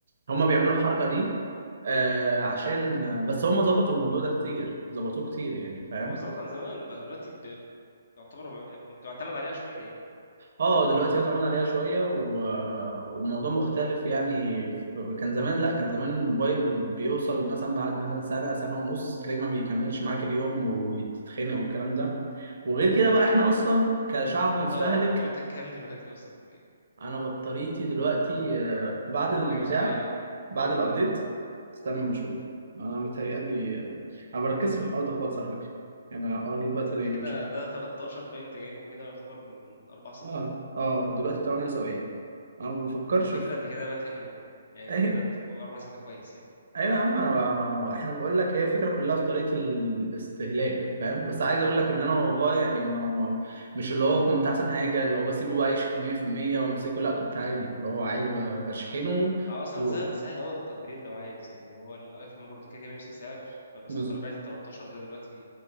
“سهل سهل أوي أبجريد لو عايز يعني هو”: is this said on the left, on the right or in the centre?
Left